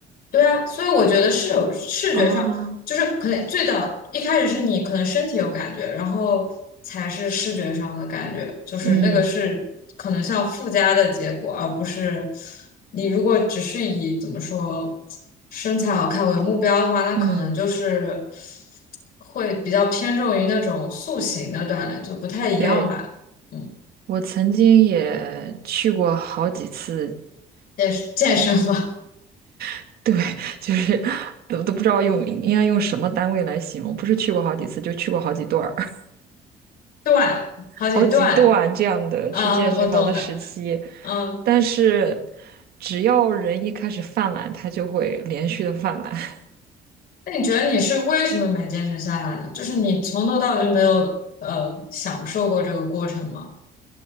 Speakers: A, on the left; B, on the right.
A: 对啊，所以我觉得是有视觉上，
B: 哦，
A: 就是可能最早一开始是你可能身体有感觉，然后才是视觉上的感觉，就是那个是可能像附加的结果，
B: 嗯
A: 而不是你如果只是以怎么说身材好看为目标的话，那可能就是
B: 嗯，
A: 会比较偏重于那种塑形的锻炼，就不太一样吧。
B: 对，
A: 嗯，
B: 我曾经也去过好几次
A: 健健身嘛，
B: <laughs> 对，就是都都不知道用应该用什么单位来形容，不是去过好几次，就去过好几段儿，<laughs>
A: <laughs> 锻，好几段
B: 好几段这样的去健身房的时期。
A: 啊，我懂的，嗯。
B: 但是只要人一开始犯懒，他就会连续的犯懒。<laughs>
A: 那你觉得你是为什么没坚持下来呢？就是你从头到尾就没有呃享受过这个过程吗？